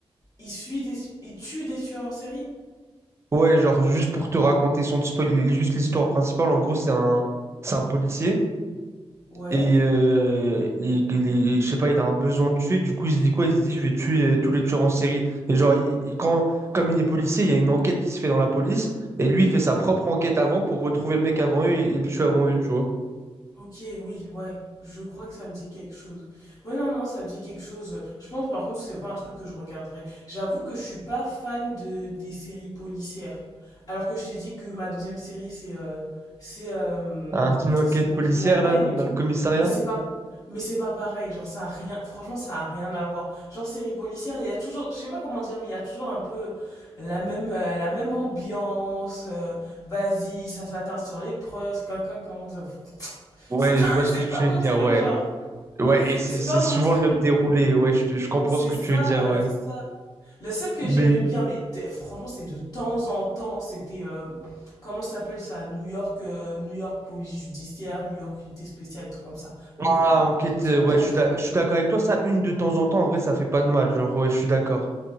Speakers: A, on the left; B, on the right.
A: Il suit des. Il tue des tueurs en série?
B: Ouais, genre juste pour te raconter sans te spoiler juste l'histoire principale, en gros c'est un c'est un policier
A: Ouais.
B: et, euh, il- il est- je sais pas, il a un besoin de tuer, du coup il se dit quoi? Il se dit je vais tuer euh, tous les tueurs en série. Et genre il- il- quand comme il est policier, il y a une enquête qui se fait dans la police et lui il fait sa propre enquête avant pour retrouver le mec avant eux et, et le tuer avant eux, tu vois.
A: Ok, oui, ouais, je crois que ça me dit quelque chose. Ouais, non, non, ça me dit quelque chose. Je pense par contre que c'est pas un truc que je regarderais. J'avoue que je suis pas fan de des séries policières. Alors que je t'ai dit que ma deuxième série c'est euh, c'est euh,
B: Hein, une enquête
A: c'est Brooklyn
B: policière
A: Nine-Nine
B: là
A: et
B: dans
A: tout.
B: le commissariat?
A: Mais c'est pas mais c'est pas pareil, genre ça a rien franchement ça a rien à voir. Genre série policière, il y a toujours je sais pas comment dire mais il y a toujours un peu la même euh, la même ambiance. euh, vas-y, ça s'attarde sur les preuves, quand euh,
B: Ouais,
A: c'est pas,
B: je vois
A: <laughs>
B: ce
A: c'est
B: que tu
A: pas
B: veux
A: mon
B: dire,
A: truc,
B: ouais.
A: genre.
B: Ouais, et c'est
A: C'est
B: c'est
A: pas
B: souvent
A: mon truc.
B: le même déroulé, ouais, je, je comprends
A: C'est
B: ce que
A: ça,
B: tu veux dire, ouais.
A: c'est ça. Le seul que
B: Mais
A: j'aimais bien, mais t- franchement, c'est de temps en temps, c'était, euh, comment ça s'appelle ça? New York, euh, New York police judiciaire, New York unité spéciale, truc comme ça. Mais
B: Ah,
A: vraiment
B: enquête,
A: de temps
B: euh,
A: en
B: ouais,
A: temps,
B: je suis
A: genre.
B: d'ac- je suis d'accord avec toi. Ça, une de temps en temps, en vrai, ça fait pas de mal. Genre, ouais, je suis d'accord.